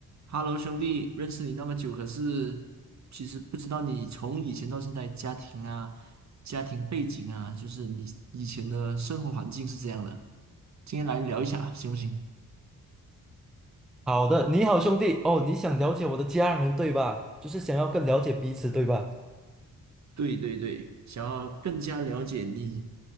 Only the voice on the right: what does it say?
Hello，兄弟，认识你那么久，可是其实不知道你从以前到现在家庭啊、家庭背景啊，就是你以前的生活环境是这样的。今天来聊一下，行不行？
对对对，想要更加了解你